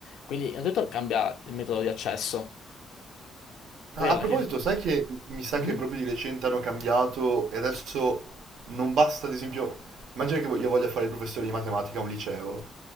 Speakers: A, on the left; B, on the right.
A: Quindi, innanzitutto cambia il metodo di accesso. Poi
B: Ah,
A: alla
B: A proposito,
A: fine... se tu-
B: sai che mi sa
A: Mhm.
B: che proprio di recente hanno cambiato e adesso non basta, ad esempio, immagina che io voglia fare il professore di matematica a un liceo.